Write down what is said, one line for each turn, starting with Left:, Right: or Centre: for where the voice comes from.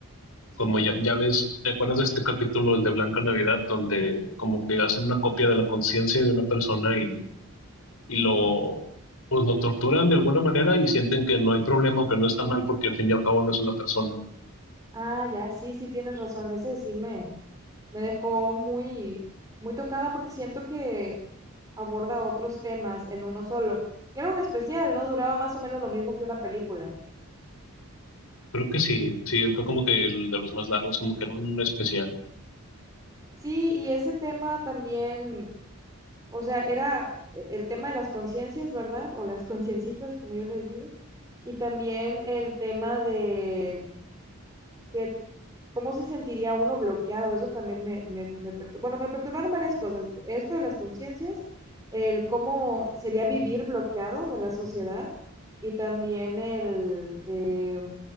Right: Sí.
Left: como ya, ya ves, ¿te acuerdas de este capítulo, el de Blanca Navidad, donde como que hacen una copia de la conciencia de una persona y, y lo, pues lo torturan de alguna manera y sienten que no hay problema o que no está mal porque al fin y al cabo no es una persona.
Right: Ah, ya, sí, sí tienes razón, ese sí me, me dejó muy, muy tocada porque siento que aborda otros temas en uno solo, que era un especial, ¿no? Duraba más o menos lo mismo que una película.
Left: Creo que sí, sí, fue como que el de los más largos, como que era un especial.
Right: Sí, y ese tema también, o sea, era eh, el tema de las conciencias, ¿verdad? O las conciencitas, como yo les digo, y también el tema de que cómo se sentiría uno bloqueado, eso también me, me, me perturba. Bueno, me perturbaron varias cosas. Esto de las conciencias, el cómo sería vivir bloqueado de la sociedad y también el, eh,